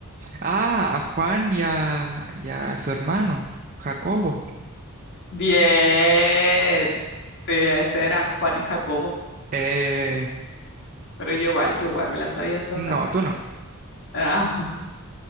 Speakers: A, on the right; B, on the left.
A: ah, a Juan y a, y a su hermano, Jacobo.
B: Bien. Sí, ese era Juan y Jacobo.
A: Eh,
B: Pero yo igual, yo igual me la sabía en todo
A: no,
B: caso.
A: tú no.
B: Ah,